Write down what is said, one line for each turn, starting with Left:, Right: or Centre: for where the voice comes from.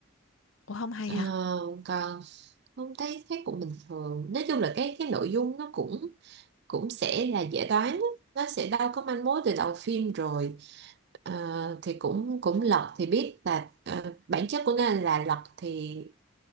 Left: ủa không hay
Right: Ờ,
Left: hả
Right: còn không thấy thấy cũng bình thường nói chung là cái cái nội dung nó cũng cũng sẽ là dễ đoán á. nó sẽ đâu có manh mối từ đầu phim rồi Ờ, thì cũng cũng lật thì biết là ờ, bản chất của nó là lật thì